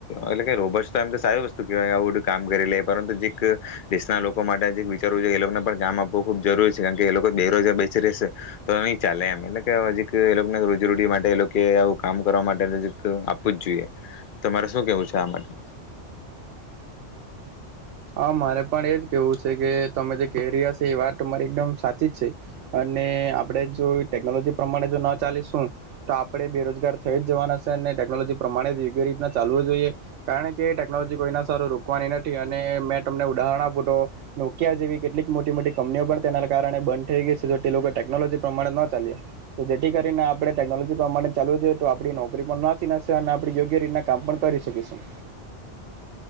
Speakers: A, on the left; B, on the right.
A: એટલે કે રોબર્ટ તો એમ તો સારી વસ્તુ કેવાય આવું બધું કામ કરી લે પરંતુ જીક દેશના લોકો માટે જે વિચારવું જોઈએ એ લોકોને પણ કામ આપવું ખુબ જરૂરી છે કારણ કે એ લોકો બેરોજગાર બેસી રહેશે તો નહી ચાલે એમ એટલે કે હજીક એ લોકોને રોજીરોટી માટે એ લોકો આવું કામ કરવા માટે જરીક પૂછ જોઈએ. તમારે શું કેવું છે આ માટે?
B: હા મારે પણ એજ કેવું છે, કે તમે જે કહે રહ્યા હશે એ વાત મારી એકદમ સાચી જ છે, અને આપણેે જો ટેકનોલોજી પ્રમાણે જો ના ચાલીશું તો આપડે બેરોજગાર થઈ જ જવાના છે, અને ટેકનોલોજી પ્રમાણે જ યોગ્ય રીતના ચાલવું જ જોઈએ કારણ કે ટેકનોલોજી કોઈના સારો રૂપ કોણ એનાથી <unintelligible> મેં તમને ઉદાહરણ આપુ તો નોકિયા જેવી કેટલીક મોટી મોટી કંપનીઓ પણ તેના કારણે બંધ થઈ ગઈ છે, તો તે લોકો ટેકનોલોજી પ્રમાણે ન ચાલ્યા. તો જેથી કરીને આપણે ટેકનોલોજી મને ચાલુ જોઈએ તો આપણી નોકરી પણ ના ચી ના સા ના આપણી યોગ્ય રીતના કામ પણ કરી શકીશું